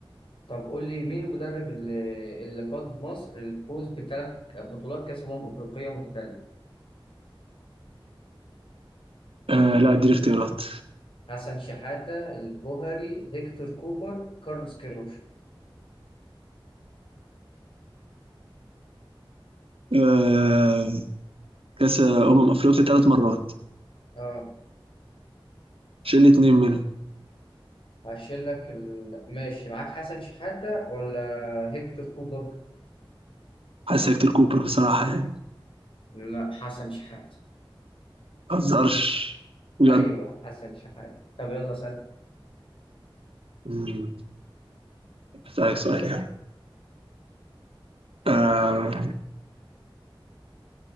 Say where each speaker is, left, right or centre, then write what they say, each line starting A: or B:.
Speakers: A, on the left (about 70°); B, on the right (about 85°).
A: طب قول لي مين المدرب اللي, اللي قاد مصر للفوز بثلاث بطولات كأس أمم أفريقية متتالية؟
B: آه لا اديني اختيارات
A: حسن شحاتة، الجوهري، هيكتور كوبر، كارلوس كيروش.
B: آه كاس أمم أفريقيا ثلاث مرات
A: اه
B: شيل لي اتنين منهم
A: هشيل لك ال... ماشي معاك حسن شحاتة ولا هيكتور كوبر؟
B: حاسس هيكتور كوبر بصراحة يعني
A: لا حسن شحاتة
B: ما بهزرش بجد
A: أيوه حسن شحاتة. طب يلا سأل.
B: مم. أسألك سؤال يعني آه